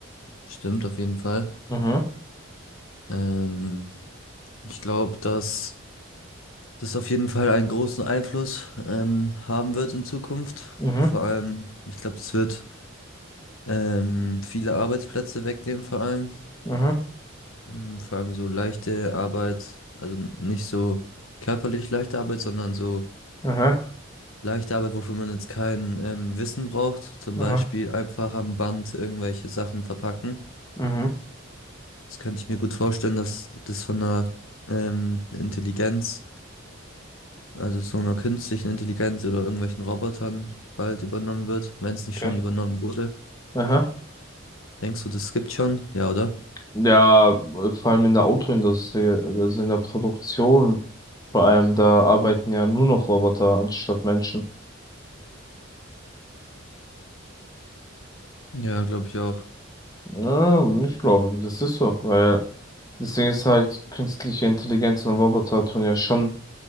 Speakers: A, on the left; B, on the left.
A: stimmt auf jeden Fall.
B: Mhm,
A: Ähm, ich glaube, dass das auf jeden Fall einen großen Einfluss ähm, haben wird in Zukunft.
B: mhm,
A: Vor allem, ich glaube, das wird ähm, viele Arbeitsplätze wegnehmen, vor allem.
B: mhm,
A: Mm, Vor allem so leichte Arbeit, also n- nicht so körperlich leichte Arbeit, sondern so
B: mhm,
A: Leichte Arbeit, wofür man jetzt kein ähm, Wissen braucht. Zum
B: mhm,
A: Beispiel einfach am Band irgendwelche Sachen verpacken.
B: mhm,
A: Das könnte ich mir gut vorstellen, dass das von einer ähm, Intelligenz, also so einer künstlichen Intelligenz oder irgendwelchen Robotern bald übernommen wird, wenn es nicht
B: okay.
A: schon übernommen wurde.
B: Aha.
A: Denkst du, das gibt schon? Ja, oder?
B: Ja, vor allem in der Autoindustrie, also in der Produktion, vor allem da arbeiten ja nur noch Roboter anstatt Menschen.
A: Ja, glaube ich auch.
B: Ja, ich glaube, das ist so, weil das Ding ist halt, künstliche Intelligenz und Roboter tun ja schon